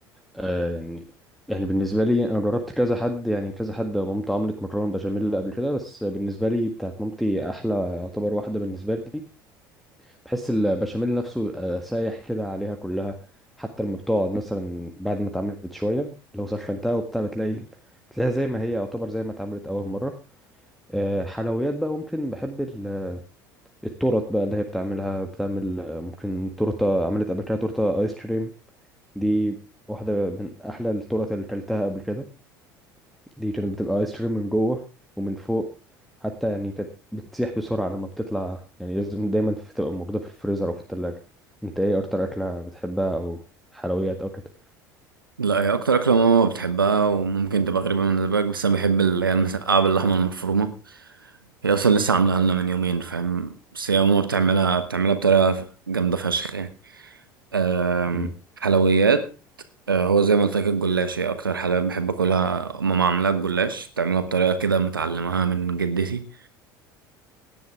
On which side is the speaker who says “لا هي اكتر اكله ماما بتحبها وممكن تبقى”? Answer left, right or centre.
Right